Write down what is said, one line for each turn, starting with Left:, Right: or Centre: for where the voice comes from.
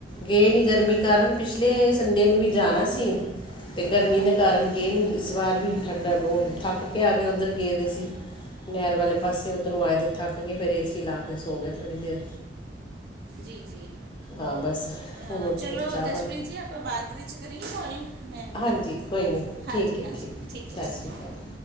Left: ਗਏ ਨਹੀਂ ਗਰਮੀ ਕਾਰਨ ਪਿਛਲੇ ਸੰਡੇ ਨੂੰ ਵੀ ਜਾਣਾ ਸੀ। ਤੇ ਗਰਮੀ
Right: ਹਾਂਜੀ
Left: ਦੇ ਕਾਰਨ ਗਏ ਨੀ ਇਸ ਵਾਰ ਵੀ ਠੰਡਕ ਬਹੁਤ ਥੱਕ ਕੇ ਆ ਗਏ ਉੱਧਰ ਗਏ ਦੇ ਸੀ। ਨਹਿਰ ਵਾਲੇ ਪਾਸੇ ਉੱਧਰੋਂ ਆਏ ਤੇ ਥੱਕ ਗਏ ਫੇਰ ਏਸੀ ਲਾ ਕੇ ਸੋ ਗਏ ਥੋੜ੍ਹੀ ਦੇਰ।
Right: ਜੀ ਜੀ।
Left: ਹਾਂ ਬਸ
Right: ਅ,
Left: ਹੁਣ ਉੱਠੇ
Right: ਚਲੋ
Left: ਤਾਂ ਚਾਹ
Right: ਜਸਪ੍ਰੀਤ
Left: ਪਾਣੀ
Right: ਜੀ ਆਪਾਂ ਬਾਅਦ ਵਿੱਚ ਕਰੀਏ ਕੋਲ ਮੈਂ
Left: ਹਾਂਜੀ
Right: ਕਰਦੀ ਹਾਂ
Left: ਕੋਈ ਨਹੀਂ ਠੀਕ
Right: ਹਾਂਜੀ
Left: ਹੈ
Right: ਹਾਂਜੀ ਠੀਕ ਹੈ
Left: ਸਤਿ ਸ਼੍ਰੀ
Right: ਜੀ।
Left: ਅਕਾਲ